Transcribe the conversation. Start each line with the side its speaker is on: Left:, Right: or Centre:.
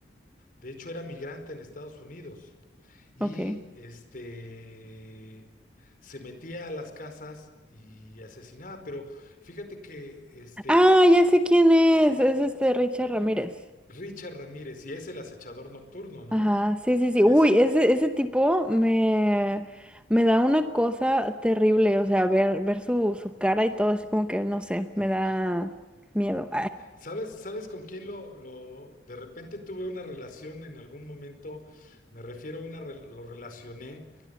Left: De hecho, era migrante en Estados Unidos. y
Centre: Ok.
Left: este se metía a las casas y asesinaba, pero fíjate que este
Centre: Ah, ya sé quién es. Es este Richard Ramírez.
Left: Richard Ramírez, si es el acechador nocturno, ¿no?
Centre: Ajá, sí, sí,
Left: Si
Centre: sí. Uy,
Left: es,
Centre: ese, ese tipo me, me da una cosa terrible. O sea, ver, ver su, su cara y todo, así como que, no sé,
Left: sí.
Centre: me da miedo.
Left: ¿Sabes, sabes con quién lo, lo, de repente tuve una relación en algún momento, me refiero a una, re- lo relacioné,